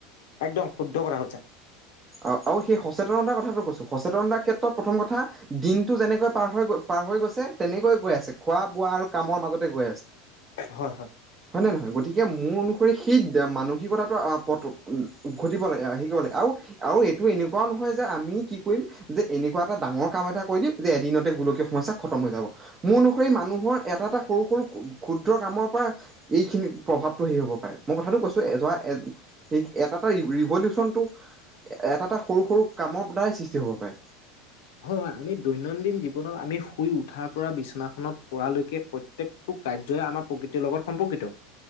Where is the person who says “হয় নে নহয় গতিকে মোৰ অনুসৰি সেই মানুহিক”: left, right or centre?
Right